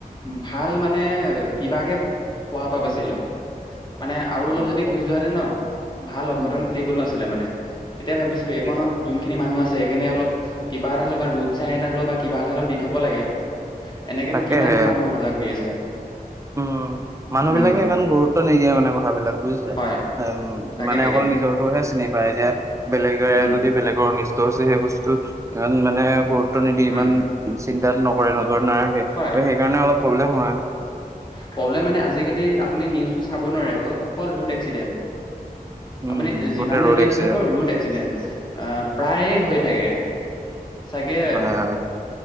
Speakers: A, on the left (about 30°); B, on the right (about 20°).
A: ভাল মানে কিবাকে পৱা বাচিলো মানে আৰু অলপ
B: নকব
A: যদি গুচি যোৱা হেতেন ন' ভাল অঘটন
B: উম
A: ঘটিবলৈ আছিলে মানে। তেতিয়াই ভাবিছোঁ
B: তাকেহে
A: এইকণত যোনখিনি মানুহ আছে এইকাৰণে অলপ কিবা এটা হ'লে বা ৰোড চাইন এটা হলেও বা কিবা এটা হ'লেও দি থব লাগে। এনেকেতো
B: তাকেহে
A: কিমান মানুহ আহা যোৱা কৰি আছে।
B: উম, মানুহ
A: উম
B: বিলাকে ইমান গুৰুত্ব নিদিয়ে মানে কথাবিলাক বুজিছে?
A: হয়
B: আ উম,
A: তাকে
B: মানে
A: তাকে
B: অকল নিজৰটোহে চিনি পায় এতিয়া বেলেগে
A: উম
B: যদি বেলেগৰ নিচ ত'হৈছে সেই বস্তুটো ইমান মানে গুৰুত্ব নিদিয়ে
A: উম
B: ইমান চিন্তাত নকৰে- নকৰে নাৰাখে। ত'
A: হয়
B: সেইকাৰণে অলপ প্ৰব্লেম হয়।
A: প্ৰব্লেম মানে আজিকালি আপুনি নিউজটো চাব নোৱাৰে অল অকল ৰোড এক্সিডেণ্ট।
B: উম
A: আপুনি যিমানে
B: গোটেই ৰ'ড
A: যি
B: এক্সিডেণ্ট
A: নাচাব ৰোড এক্সিডেণ্ট আহ প্ৰায়ে হৈ থাকে। চাগে <unintelligible>
B: হয় হয়